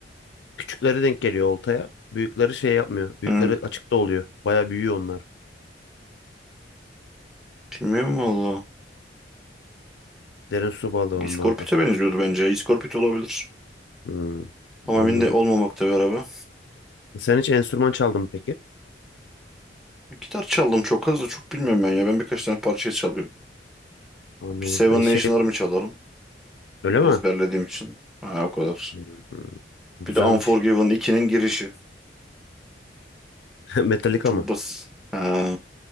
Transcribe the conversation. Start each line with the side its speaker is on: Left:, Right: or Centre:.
Left: küçükleri denk geliyor oltaya. Büyükleri şey yapmıyor. Büyükleri
Centre: Hı.
Left: açıkta oluyor. Baya büyüyor onlar.
Centre: Bilmiyorum valla.
Left: Derin su balığı onlar
Centre: İskorpit'e
Left: da.
Centre: benziyordu bence. İskorpit olabilir.
Left: Hmm,
Centre: Ama
Left: anladım.
Centre: emin de olmamakta bir araba.
Left: Sen hiç enstrüman çaldın mı peki?
Centre: Gitar çaldım çok az da çok bilmiyorum ben ya. Ben birkaç tane parça çalıyorum.
Left: Anladım.
Centre: Seven
Left: E şey
Centre: Nation Army çalarım.
Left: öyle mi?
Centre: Ezberlediğim için. Ha, o kadar.
Left: Hmm, güzelmiş.
Centre: Bir de Unforgiven ikinin girişi.
Left: <laughs> Metallica
Centre: O çok
Left: mı?
Centre: basit. Ha,